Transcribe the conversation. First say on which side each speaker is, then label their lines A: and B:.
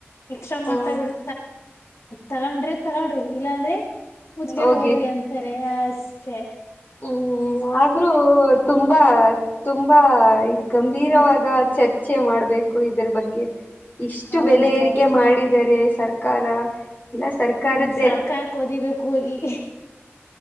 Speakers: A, on the left; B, on the left.
A: ಎಕ್ಸ್ಟ್ರಾ
B: ಹ್ಮ
A: ಮಾತಾಡ್ಬಿಡ್ ತಗೊಂಡ್ರೆ ತಗಳ್ರಿ ಇಲ್ಲಾ ಅಂದ್ರೆ ಮುಜ್ಕೊಂಡ್
B: ಹೋಗಿ
A: ಹೋಗ್ರಿ ಅಂತಾರೆ ಅಷ್ಟೆ
B: ಹ್ಮ್ ಆದ್ರೂ ತುಂಬಾ ತುಂಬಾ ಗಂಭೀರವಾದ
A: ಹ್ಮ
B: ಚರ್ಚೆ ಮಾಡ್ಬೇಕು ಇದ್ರ ಬಗ್ಗೆ ಇಷ್ಟು
A: ಹೌದೌದು
B: ಬೆಲೆ ಏರಿಕೆ ಮಾಡಿದರೆ ಸರ್ಕಾರ ಇಲ್ಲ ಸರ್ಕಾರದ್ದೇ
A: ಹ್ಮ ಸರ್ಕಾರಕ್ ಓದಿಬೇಕು ಹೋಗಿ